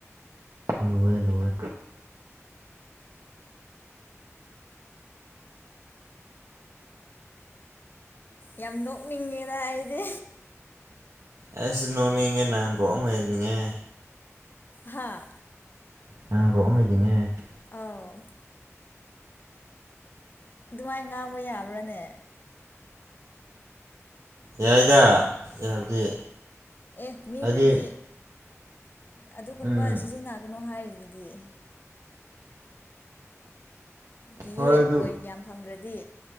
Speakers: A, on the right (about 75°); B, on the left (about 40°).
A: ꯂꯨꯋꯦ ꯂꯨꯋꯦ
B: ꯌꯥꯝ ꯅꯣꯛꯅꯤꯡꯉꯦꯗ ꯑꯩꯗꯤ
A: ꯑꯩꯁꯨ ꯅꯣꯛꯅꯤꯡꯉꯦ <unintelligible> ꯂꯩꯍꯟꯅꯤꯡꯉꯦ
B: ꯍꯥꯥ
A: <unintelligible>
B: ꯑꯥꯎ ꯑꯗꯨꯃꯥꯏꯅ ꯉꯥꯡꯕ ꯌꯥꯕ꯭ꯔꯥꯅꯦ
A: ꯌꯥꯏꯗ ꯌꯥꯕꯗꯤ
B: ꯑꯦ ꯃꯤ
A: ꯍꯥꯏꯗꯤ
B: ꯈꯔꯗꯤ ꯑꯗꯨꯒꯨꯝꯕ
A: ꯎꯝ
B: ꯁꯤꯖꯤꯟꯅꯒꯅꯣ ꯍꯥꯏꯔꯤꯗꯨꯗꯤ ꯀꯤꯌꯦ
A: ꯍꯣꯏ ꯑꯗꯨ
B: ꯄꯣꯏꯟ ꯌꯥꯝ ꯐꯪꯗ꯭ꯔꯗꯤ